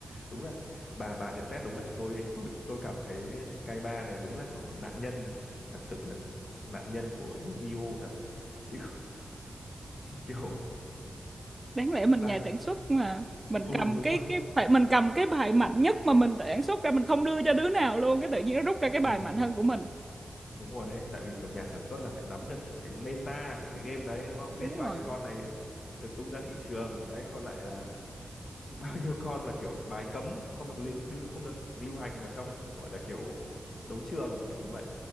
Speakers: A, on the left; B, on the right.
A: đúng là bà bà nhận xét đúng đấy. Tôi tôi tôi cảm thấy cái ba này đúng là kiểu nạn nhân thật sự là nạn nhân của Yu-Gi-Oh thật chứ <laughs> kiểu
B: đáng lẽ mình
A: đang
B: nhà sản xuất mà mình
A: ừ
B: cầm
A: đúng
B: cái
A: rồi đấy.
B: cái phải mình cầm cái bài mạnh nhất mà mình tự sản xuất ra mình không đưa cho đứa nào luôn cái tự nhiên nó rút ra cái
A: Ừ
B: bài mạnh hơn của mình
A: đúng rồi đấy, tại vì kiểu nhà sản xuất là phải nắm được kiểu cái meta của cái game đấy đúng không? Biết
B: đúng
A: bao
B: rồi
A: nhiêu con này được tung ra thị trường đấy còn lại là <laughs> bao nhiêu con là kiểu bài cấm không được liệu đưa không được lưu hành vào trong gọi là kiểu đấu trường kiểu như vậy